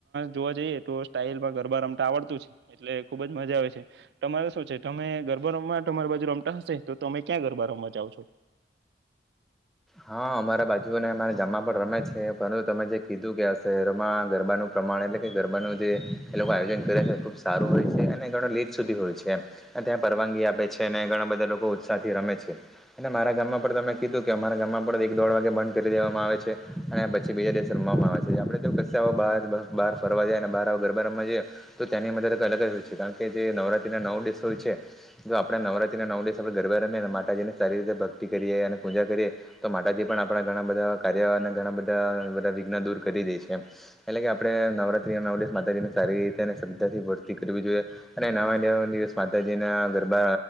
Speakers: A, on the right; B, in the centre.
A: જોવા જઈએ તો સ્ટાલમાં ગરબા રમતા આવડતું છે એટલે ખુબ જ મજા આવે છે તમારે શું છે તમે ગરબ ગરબા રમવા તમારી બાજુ રમતા હશે તો તમે ક્યાં ગરબા રમવા જાાવ છો
B: હા અમારા બાજુને અમારા ગામમાં પણ રમે છે પરંતુ તમે જે કીધું કે આ શહેરોમાં ગરબાનું પ્રમાણે એટલે કે ગરબાનું જે એ લોકો આયોજન કરે છે ખુબ સારું હોય છે અને ઘણો લેટ સુધી હોય છે અને ત્યાં પરવાનગી આપે છે અને ઘણા બધા લોકો ઉત્સાહ થી રમે છે અને મારા ગામમાં પણ તમે કીધું કે આપણા ગામમાં પણ એક દોઢ વાગે બંધ કરી દેવામાં આવે છે અને પછી બીજા દિવેશ રમવામાં આવે છે આપણે જો કશવા આવો બહાર બહાર ફરવા જાય અને બાર આવો ગરબા રમવા જઈએ તો તેની મરઈ અલગ જ હોય છે કારણ કે જે નવરાત્રિ નાનવ દિવસ હોય છે તો આપણે નવરાત્રીના નવ દિવસ આપણે ગરબા રમીએ અને માતાજીને સારી રીતે ભક્તિ કરીએ અને પૂજા કરીએ તો માતાજી પણ આપણા ઘણા બધા કાર્ય અને ઘણા બધા બધા વિઘ્ન દૂર કરી દે છે એટલે કે આપણે નવરાત્રી નવ દિવ માતાજીને સારી રીતે અને શ્રદ્ધા થી ભક્તી કરવી જોઈએ અને નવા ન દિવસ માતાજીના ગરબા